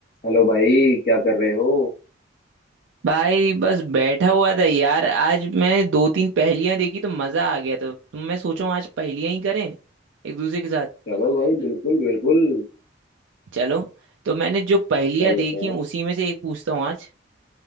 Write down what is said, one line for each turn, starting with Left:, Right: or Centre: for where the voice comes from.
Left: हेलो भाई क्या कर रहे हो
Right: भाई बस बैठा हुआ था यार आज मैं दो तीन पहेलियां देखी तो मजा आ गया तो तुम मैं सोचूं आज पहेलियां ही करें एक दूसरे के साथ
Left: चलो भाई बिल्कुल बिल्कुल
Right: चलो तो मैंने जो पहेलियां
Left: कर लेते
Right: देखी
Left: हैं
Right: हैं, उसी में से एक पूछता हूँ आज